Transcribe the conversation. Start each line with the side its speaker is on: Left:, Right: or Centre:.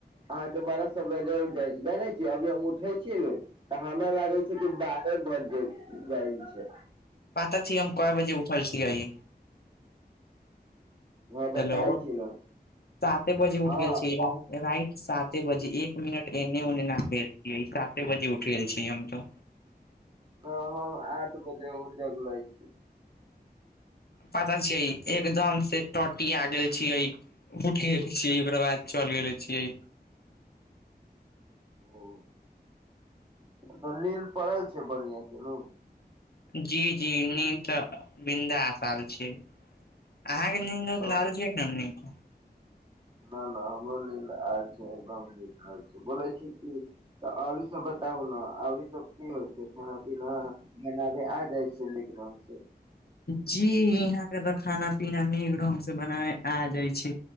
Right: अहाँके बारह सए बजे उठ जाइ छी, जानै छियै अभी हम उठै छीयै ने अहां लग आबै छियै तऽ बारह बाजि जाइ जाइ छै।
Left: पाता छै हम कय बजे उठै छीयै?
Right: हँ बताय
Left: हेलो,
Right: छी ने
Left: साते बजे उठ
Right: हँ
Left: गेल छी यार। राइट साते बजे, एक मिनट एने ओने न भेल छियै, साते बजे उठ गेल छीयै हम तऽ।
Right: तं हम आठ बजे उठ जगले छियै।
Left: पता छै एकदम से टटी आ गेल छियै। उठि गेल छियै ओकरा बाद चलि गेले छियै।
Right: ओ तऽ नील पड़ल छै बढ़िया से ओ।
Left: जी जी नीन्द त ब्रिन्दास आबै छै। अहाँके नींन्द
Right: तब
Left: <unintelligible> लाल छियै ने न
Right: नहि नहि हमरो नींद आल छै एकदम न छै बोलै छी कि तऽ और सब बताउ ने आर ई सब की होइ छै खाना पीना बनाबे आ कहै छै नीक नाम से
Left: जी अहाँ के तऽ खाना पीना नीक ढंग से बनाना आ जाय छै।